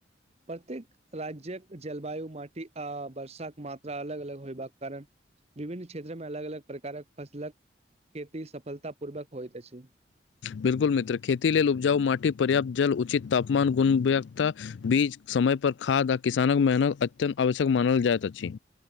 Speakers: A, on the right; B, on the left.
A: प्रत्येक राज्यक जलवायु, माटी आ वर्षाक मात्रा अलग अलग होयबाक कारण विभिन्न क्षेत्र में अलग अलग प्रकारक फसलक खेती सफलता पूर्वक होइत अछि।
B: बिलकुल मित्र, खेती लेल उपजाउ माटी, पर्याप्त जल, उचित तापमान, गुणवता बीज, समय पर खाद आ किसानक मेहनत अत्यन्त आवश्यक मानल जाइत अछि।